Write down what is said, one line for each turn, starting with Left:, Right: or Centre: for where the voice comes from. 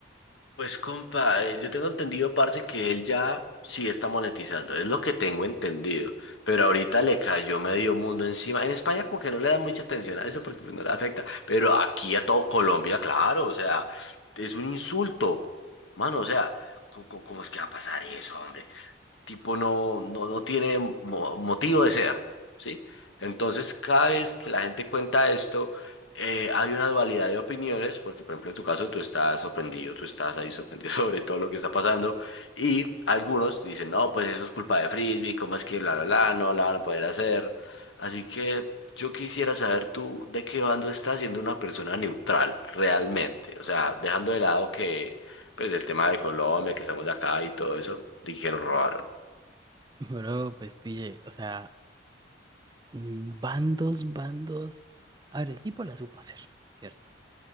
Left: Pues compa, eh, yo tengo entendido, parce, que él ya sí está monetizando, es lo que tengo entendido, pero ahorita le cayó medio mundo encima. En España como que no le dan mucha atención a eso porque pues, no le afecta, pero aquí a todo Colombia, claro, o sea, es un insulto, mano, o sea, co- co- ¿cómo es que va a pasar eso, hombre? tipo no, no, no tiene mo- motivo de ser, ¿sí? Entonces, cada vez que la gente cuenta esto, eh, hay una dualidad de opiniones, porque por ejemplo en tu caso tú estás sorprendido, tú estás ahí sorprendido <laughs> sobre todo lo que está pasando, y algunos dicen, no, pues eso es culpa de Frisbee, ¿cómo es que bla, bla, bla, no la van a poder hacer? Así que yo quisiera saber tú de qué bando estás siendo una persona neutral, realmente, o sea, dejando de lado que pues el tema de Colombia, que estamos acá y todo eso, y que nos robaron.
Right: <laughs> Pero, pues, pille, o sea, mm, bandos, bandos. A ver, el tipo la supo hacer, ¿cierto?